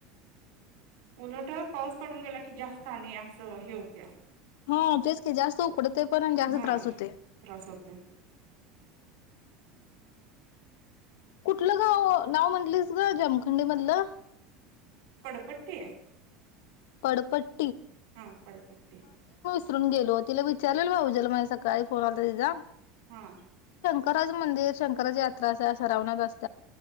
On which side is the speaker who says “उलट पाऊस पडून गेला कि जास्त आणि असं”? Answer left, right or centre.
Right